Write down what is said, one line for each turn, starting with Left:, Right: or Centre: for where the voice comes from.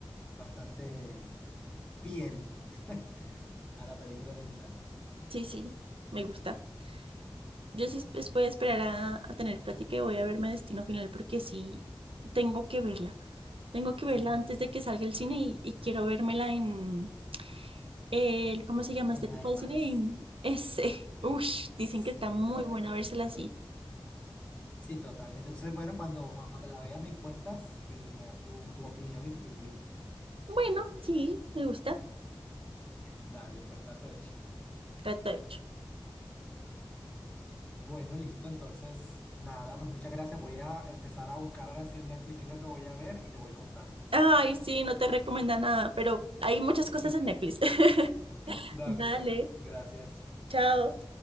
Left: bastante fiel <laughs> a la película original.
Right: <laughs> Sí, sí, me gusta. Yo sí es- voy a esperar a, a tener plática y voy a verme Destino Final porque sí tengo que verla. Tengo que verla
Left: Sí,
Right: antes de que salga el cine y, y quiero vérmela en el, ¿cómo se llama este
Left: en
Right: tipo
Left: IMAX.
Right: de cine? En ese. <laughs> Ush, dicen
Left: Sí,
Right: que está muy
Left: te la
Right: buena
Left: recomiendo.
Right: vérsela así.
Left: Sí, totalmente. Entonces, bueno, cuando, cuando te la veas me cuentas y me das tu, tu opinión y tu review.
Right: Bueno, sí, me gusta.
Left: Dale, pues trato hecho.
Right: Trato hecho.
Left: Bueno, listo. Entonces, nada, pues muchas gracias. Voy a empezar a buscar ahora sí en Netflix qué es lo que voy a ver y te voy contando.
Right: Ay, sí, no te recomienda nada, pero hay muchas cosas
Left: <laughs>
Right: en Netflix. <laughs>
Left: Dale,
Right: Dale,
Left: pues, gracias.
Right: chao.